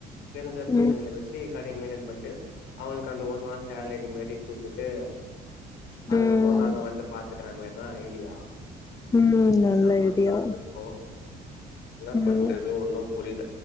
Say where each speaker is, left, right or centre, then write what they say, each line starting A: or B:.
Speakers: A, on the left (about 85°); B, on the left (about 20°).
A: தெரிஞ்சப் பசங்கள
B: ம்
A: வெச்சு கா டேமீன்னே பண்டு அவுனுக்கு அந்த ஒரு நாள் சேலரி மாரி கு குட்டே அதுக்கப்புறோ
B: ம்
A: நாங்க வந்து பாத்துக்கிற மாரிதா ஐடியா
B: ம் நல்ல
A: என்ன பண்ணான்னு
B: ஐடியா
A: இருக்கோ என்ன பண்றது
B: ம்
A: ஒன்னும் பு புரியில